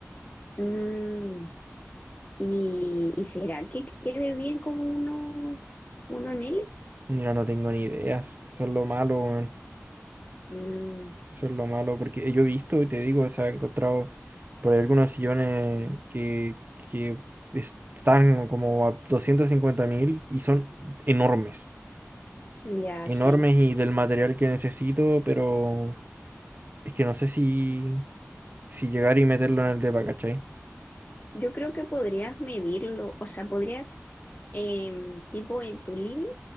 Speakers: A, on the left; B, on the right.
A: Mm, y, ¿y será que quede bien como uno, uno en L?
B: Mira, no tengo ni ideas. Eso es lo malo, weón.
A: Mm,
B: Eso es lo malo, porque yo he visto y te digo, o sea, he encontrado por ahí algunos sillones que, que están como a doscientos cincuenta mil y son enormes.
A: ya,
B: Enormes
A: sí.
B: y del material que necesito, pero es que no sé si, si llegar y meterlo en el depa, ¿cachai?
A: Yo creo que podrías medirlo, o sea, podrías, em, tipo en tu living,